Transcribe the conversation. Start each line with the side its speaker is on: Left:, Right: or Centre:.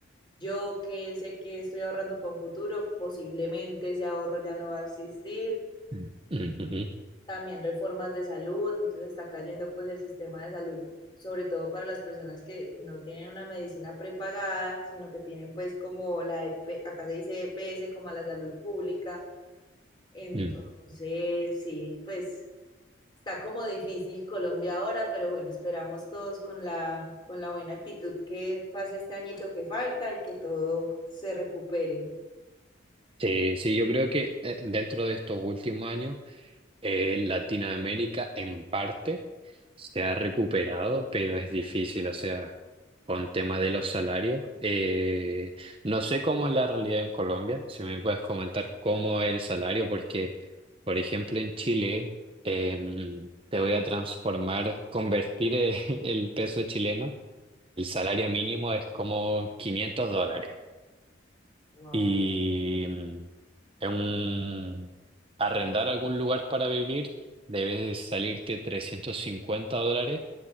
Left: yo que sé que estoy ahorrando para un futuro, posiblemente ese ahorro ya no va a existir.
Right: Mm. Ujú.
Left: También reformas de salud, entonces está cayendo pues el sistema de salud, sobre todo para las personas que no tienen una medicina prepagada, sino que tienen pues como la, EP acá se dice EPS, como a la salud pública. Entonces,
Right: Mm.
Left: sí, pues Está como difícil Colombia ahora, pero bueno, esperamos todos con la, con la buena actitud que pase este añito que falta y que todo se recupere.
Right: Sí, sí, yo creo que eh, dentro de estos últimos años Eh, Latinoamérica en parte se ha recuperado, pero es difícil, o sea, con tema de los salarios. eh, no sé cómo es la realidad en Colombia, si me puedes comentar cómo es el salario, porque, por ejemplo, en Chile, em, te voy a transformar, convertir el <laughs> el peso chileno, el salario mínimo es como 500 dólares.
Left: Wow.
Right: Y mm, en un- arrendar algún lugar para vivir debe salirte 350 dólares,